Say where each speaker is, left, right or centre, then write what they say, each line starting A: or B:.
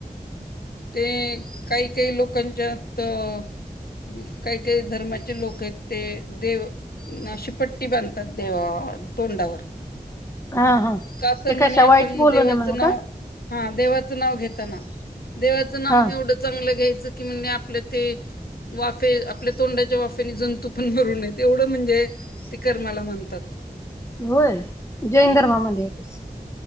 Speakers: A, on the left; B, on the left.
A: ते काही काही लोकांच्यातं मग काही काही धर्माचे लोक आहेत ते देव अन अशी पट्टी बांधतात देवाव तोंडावर
B: हा हा
A: का तर
B: ते
A: म्हणे
B: कशा
A: आपण
B: वाईट बोलू
A: देवाचं
B: नये म्हणून
A: नाव
B: का
A: हा देवाचं नाव घेताना, देवाचं नाव
B: हा
A: एवढं चांगलं घ्यायचं कि म्हणे आपल्या ते वाफे आपल्या तोंडाच्या वाफेने जंतू पण मरू नये एवढं म्हणजे ते कर्माला म्हणतात
B: होयं जैन धर्मामध्ये येतच